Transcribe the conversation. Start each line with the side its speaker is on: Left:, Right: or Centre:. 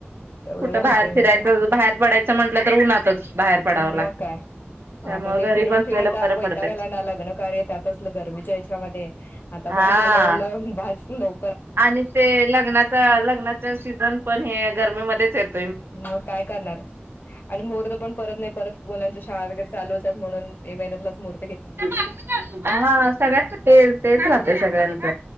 Left: तेवढं
Right: कुठं
Left: राहतय
Right: बाहेर
Left: म्हटलं
Right: फिरायचं, बाहेर पडायचं म्हंटलं तर उन्हातच. बाहेर
Left: मग
Right: पडाव लागतं.
Left: काय?
Right: त्यामुळे
Left: आता ते
Right: घरी
Left: फिरून
Right: बसलेलं
Left: फिरून आता
Right: बरं
Left: वैताग
Right: पडतंच
Left: आलाय ना लग्न कार्य त्यातच, असलं गरमीच्या ह्याच्यामध्ये. आता
Right: हा.
Left: बास झालं म्हणलं बास. हॅलो
Right: आणि ते लग्नाचा लग्नाचा सीझन पण हे गरमी मध्येच येत
Left: मग काय करणार आणि मुहूर्त पण परत नही परत मुलांच्या शाळा वगैरे चालू म्हणून मे महिन्यातलाच मुहूर
Right: हा सगळ्यांच ते तेच राहतय सगळ्यांच